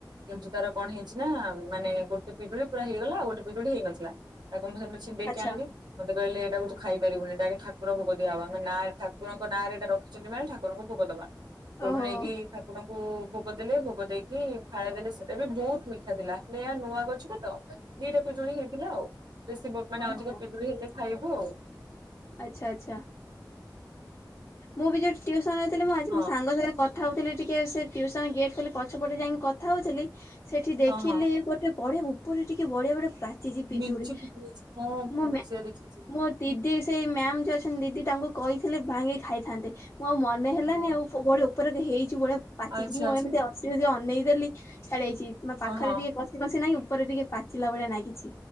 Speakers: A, on the right; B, on the left.
A: କିନ୍ତୁ ତାର କଣ ହେଇଛି ନା ମାନେ ଗୋଟେ ପିଜୁଳି ପୁରା ହେଇଗଲା ଆ ଗୋଟେ ପିଜୁଳି ହେଇନଥିଲା ତାକୁ <unintelligible>
B: ଆଚ୍ଛା
A: ଆଣିଲି ମତେହିଲେ ଏଟାକୁୁ ଖାଇପାରିବୁନି ଏଇଟା ଠାକୁରଙ୍କୁ ଦିଆହବ ଆମ ନା ଠାକୁଙ୍କ ନାଁରେ ଏଇଟା ମାନେ ଠାକୁରଙ୍କୁ ଭୋଗ ଦବା ତଠୁ
B: ଓହୋ
A: ନେଇକି ଠାକୁରଙ୍କୁ ଭୋଗ ଦେଲେ ଭୋଗ ଦେଇକି ଫାଳ ଦେଲେ ସେଇଟା ବି ବହୁତ ମିଠା ଥିଲା ହେଲେ ଏୟା ନୂଆ ଗଛ ତ ଦିଟା ପିଜୁଳି ହେଇଥିଲା ଆଉ ବେଶୀ ମାନେ
B: ଓହୋ
A: ଅଧିକ ପିଜୁଳି ହେଲେ ଖାଇବୁ ଆଉ।
B: ଆଚ୍ଛା ଆଚ୍ଛା। ମୁଁ ବି ଯୋଉଟି ଟିଉସନ ହେଇଥିଲି ମୁଁ ଆଜି
A: ହଁ।
B: ମୋ ସାଙ୍ଗ ସାଙ୍ଗେ କଥା ହଉଥିଲି ଟିକେ ସେ ଟ୍ୟୁସନ ଗେଟ୍ ଖଲି ପଛ ପଟେ ଯାଇକି କଥା ହଉଥିଲି ସେଠି ଦେଖିଲି
A: ହଁ, ହଁ
B: ଟେ ବଢିଆ ଉପରେ ଟିକେ ବଢିଆ ବଢଆ ପାଚିଛି ପିିଜୁଳି
A: ମେଞ୍ଚେ ପିଜୁଳି ଅଛି ହଁ
B: ମୁଁ
A: ବି ସେଇଆ ଦେଖିଛି।
B: ମୋ ଦିଦି ସେଇ ମ୍ୟାମ ଯୋଉ ଅଛନ୍ତି ଦିଦି ତାଙ୍କୁ କହିଥିଲେ ଭାଙ୍ଗି ଖାଇଥାନ୍ତେ ମୁଁ ଆଉ ମ ମନେ ହେଲାନି
A: ହଁ।
B: ଆଉ ଉପର ହେଇଛି ବଢ଼ିଆ ପାଚିଛି
A: ଆଚ୍ଛା,
B: ମୁଁ
A: ଆଚ୍ଛା
B: ଏମିତି ଯି ଅନେଇଦେଲି ଛାଡି ଯାଇଛି ମ ପାଖରେ
A: ହଁ, ହଁ,
B: ଟିକେ ପସି ନହିଁ ଉପରେ ଟିକେ ପାଚିଲା ଭଳିଆ ଲାଗିଛି